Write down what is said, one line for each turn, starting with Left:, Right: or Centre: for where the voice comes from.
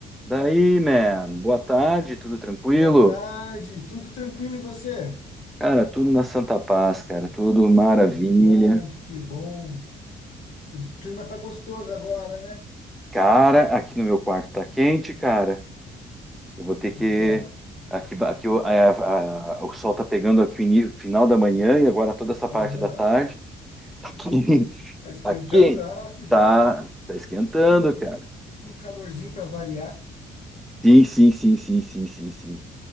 Centre: Daí, man, boa tarde, tudo tranquilo?
Left: Boa tarde, tudo tranquilo e você?
Centre: Cara, tudo na Santa Paz, cara, tudo maravilha.
Left: Que bom, que bom. O clima tá gostoso agora, né?
Centre: Cara, aqui no meu quarto tá quente, cara. Eu vou ter
Left: Então,
Centre: que. Aqui, ba- aqui o- a- a- o sol tá pegando aqui o ini- final da manhã e agora toda essa
Left: aham,
Centre: parte da tarde. Tá quente, <laughs>
Left: tá esquentando?
Centre: tá quente.
Left: Ah, que bom,
Centre: Tá,
Left: né?
Centre: tá esquentando,
Left: Eu senti um,
Centre: cara.
Left: senti um calorzinho para variar.
Centre: Sim, sim, sim, sim, sim, sim, sim.